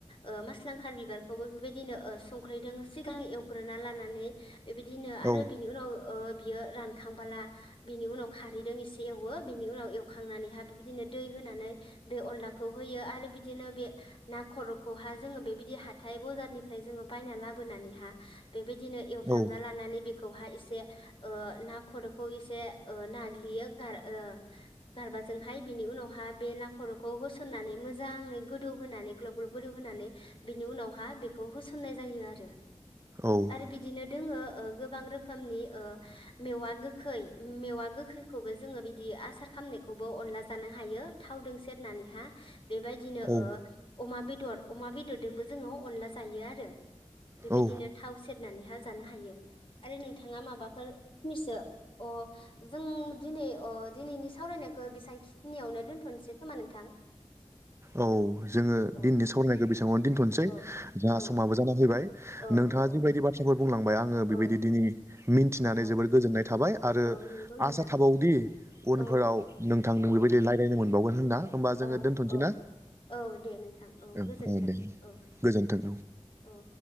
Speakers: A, on the left; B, on the right.
A: ओ मस्लांखार बिबारखौबो बेबायदिनो संख्रैदों सिगां एवग्रोना लानानै नै बेबायदिनो आरो
B: औ
A: बिनि उनाव ओ बियो रानखांबोला बिनि उनाव खारैजों एसे एवो बिनि उनाव एवखांनानैहा बिबायदिनो दै होनानै बे अनलाखौ होयो आरो बिदिनो बे ना खर'खौहा जोङो बेबायदि हाथाय -बजारनिफ्राय जोङो बायना लाबोनानैहा बेबायदिनो एवफ्रामना
B: औ
A: लानानै बे खौहा ऐसे ओ ना खर'खौ ओ ऐसे ओ नाग्लियो गारा ओ गारबा जोंहाय बिनि उनावहााय बे न खर'खौ होसननानै मोजाङै गोदौ होनानै ग्लब ग्लब गोदौ होनानै बिनि उनावहा बेखौ होसननाय जायो आरो
B: औ
A: आरो बिदिनो दोङो ओ गोबां रोखमनि ओ मेवा गोखै मेवा गोखैखौबो जोङो बिदि आसार खाम बेखौबो अनला जानो हायो थावजों सेरनानैहा बेबायदिनो
B: औ
A: ओ अमा बेदर अमा बेदरदोंबो जोङो अनला जायो आरो बेबायदिनो
B: औ
A: थाव सेरनानैहा जानो हायो आरो नोंथाङा माबाफोर फनैसो अ जों दिनै अ दिनैनि सावरायनायखौ बेसबांखिनियावनो दोन्थ'नोसै खोमा नोंथां
B: औ जोङो
A: औ
B: दिननि सावरायनायखौ बेसांआवनो दोनथ'नोसै
A: औ
B: जाहा
A: औ
B: समाबो जाना फैबाय
A: औ
B: नोंथाङा
A: औ
B: जिबायदि बाथ्राफोर बुंलांबाय आङो
A: औ
B: बेबायदि दिनै मिन्थिनानै
A: औ
B: जोबोर गोजोननाय थाबाय आरो
A: औ नंगौ नोंथां
B: आसा थाबावदि उनफोराव
A: औ
B: नोंथांनो
A: औ
B: बेबायदि रायज्लायनो मोनबावगोन होनना होमबा
A: औ
B: जोङो दोनथ'नोसै
A: औ
B: ना
A: औ दे नोंथां औ
B: ओं
A: गोजोन्थों
B: दे
A: औ
B: गोजोन्थों
A: औ